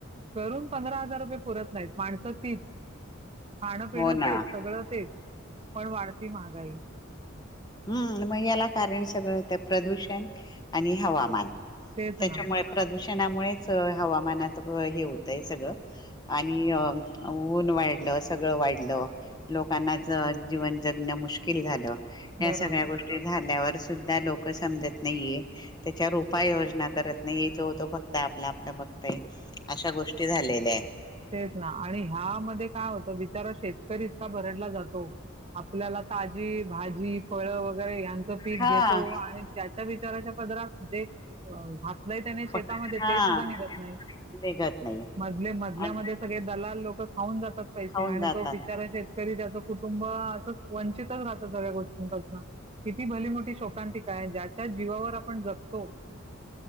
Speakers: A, on the right (about 30°); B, on the left (about 20°).
A: करून पंधरा हजार रुपये पुरत नाहीत माणसं तीच खाणं पिणं
B: हो ना
A: तेच सगळं तेच पण वाढती महागाई.
B: हम् मग याला कारण सगळं तर प्रदूषण आणि हवामान,
A: तेच
B: त्याच्यामुळे
A: ना
B: प्रदूषण, णामुळेच हवामानात हे होतंय सगळं आणि ऊन वाढलं. सगळं वाढलं लोकांना जीवन जगण मुश्किल झालं. या
A: बरोबर
B: सगळ्या गोष्टी झाल्यावर. सुद्धा लोक समजत नाहीये त्याच्यावर उपाययोजना करत नाहीये. जो तो फक्त आपला आपला बघतय अशा गोष्टी झालेल्या आहेत.
A: तेच ना आणि ह्यामध्ये काय होतं बिचारा शेतकरी इतका भरडला जातो आपल्याला ताजी भाजी फळ वगैरे यां पीक
B: हा
A: घेतो. आणि त्याच्या प विाराच्या पदरात ज घातलंय त्याने
B: पण
A: शेतामध्ये
B: हा
A: ते सुद्धा निघत नाही.
B: निघत नाही
A: मजले मज मधल्यामध्ये
B: आणि
A: सगळे दलाल लोक खाऊन जातात पैसे
B: खाऊन
A: आणि
B: जातात
A: तो बिचारा शेतकरी त्याच कुटुंब अस वंचितच राहत सगळ्या गोष्टींपासून किती भली मोठी शोकांती काय ज्याच्या जीवावर आपण जगतो.